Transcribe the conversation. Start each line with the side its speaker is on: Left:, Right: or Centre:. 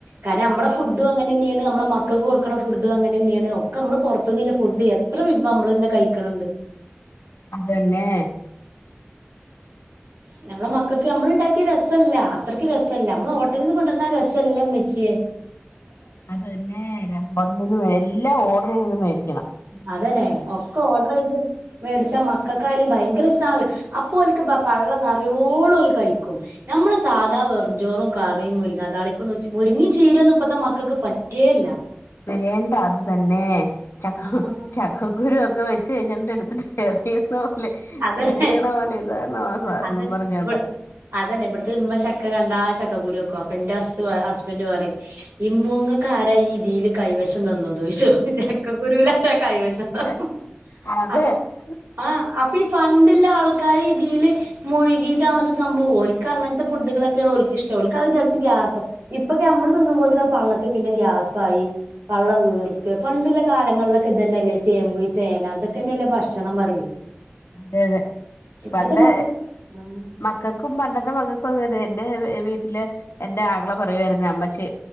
Right: കാരണം നമ്മള ഫുഡും
Left: ആഹ്
Right: അങ്ങനെന്നെയാണ് നമ്മ മക്കൾക്ക് കൊടുക്ക ഫുഡ് അങ്ങനെന്നെയാണ് ഒക്കെ നമ്മള് പുറത്തൊന്നില്ല ഫുഡ് എത്ര വിം നമ്മള്ന്നെ കഴിക്കണണ്ട് ഉം
Left: അതന്നെ
Right: നമ്മളെ മക്കൾക്ക് നമ്മള് ഉണ്ടാക്കിയ രസം രസമല്ല അത്രയ്ക്ക് രസമല്ല നമ്മൾ ഹോട്ടലിൽ നിന്ന് കൊണ്ടുവര രസംമല്ലാം മെച്ചിയേ
Left: അത് തന്നെ ഹോട്ടല നിന്നന്ന് എല്ലാം ഓർഡർ ചെയ്തരിക്കും
Right: അതന്നെ ഒക്കെ ഓർഡർ ചെയ്ത് മേടിച്ച മക്കൾ ക്കായാലും ഭയങ്കര ഇഷ്ടണല്ല അപ്പൊക്ക് പള്ളംറയോള കഴിക്കും നമ്മള് സാധാ കുറഞ്ചോറും കറിയും മുരിങ്ങ അതാളിപ്പൊ മുരിങ്ങി ചീരന്ന് ഇപ്പത്തെ മക്കൾക്ക് പറ്റേല്ല
Left: വേണ്ട അത് തന്നെ ചക്ക
Right: ആഹ്
Left: ചക്കക്കുരു ഒക്കെ വെ ന്റെ അടുത്തി കറിയുന്ന പോലെ
Right: അതന്നെ
Left: കറിയണ പോലെ ഉദാഹരണമാസ
Right: അത്
Left: എന്നും പറഞ്ഞോണ്ട്
Right: ഇവിടു അതന്നെ ഇവിടുത്തെ നമ്മ ചക്ക ക എന്താ ചക്കകുരുക്ക വെയ്ക്കും അപ്പൊ ൻ്റെ അ ഹസ്ബന്റ് പറയും ഇമ്മൊ ങക്ക് ആരാ ഈ ഈൽ കൈവശം തന്നു തോശോ ചെക്കക്കുരുലല്ല കൈവശം തന്നു
Left: അതെ അതെ
Right: അപ്പൊ ആഹ് അപ്പ ഈ പണ്ട ആൾക്കാര് തിൽമുഴുകിയിട്ടണ സംഭവംഓക്ക അങ്ങത്തെ ഫുഡുകളൊക്കെയഓ ഇഷ്ട ഗ്യാസോ ഇപ്പൊക്ക നമ്മള് തിന്നുമ്പോ പള്ളക്ക് പിന്നെ ഗ്യാസായി പള്ളവീർക്ക് പണ്ടിള്ള കാലങ്ങളിലൊക്കെ ഇത് തന്നെല്ലേ ചേമ്പ് ചേന അതൊക്കെന്നെയല്ലേ ഭക്ഷണം പറയും
Left: അതെ അതെ
Right: ഇപ്പത്തെ
Left: പണ്ട്
Right: മക്കക്ക് ഉം
Left: മക്കൾക്കും പണ്ടത്തെ മകൾക്കും എന്റെ വീട്ടില് എന്റെ ആകളെ പറയുായിരുന്നു അമ്മച്ചി